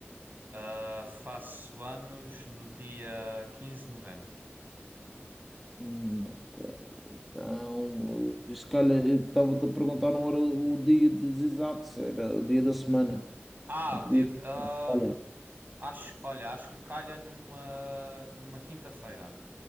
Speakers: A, on the right; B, in the centre.
A: Ah, faço anos no dia 15 de novembro.
B: Hum, ok. Então, eh, se calhar eu estava-te a perguntar, não era o dia dos exatos, era o dia da semana.
A: Ah,
B: Em
A: o
B: que
A: dia.
B: dia?
A: de-
B: que-
A: ahm,
B: é? Olha,
A: acho, olha, acho que calha numa, numa quinta-feira.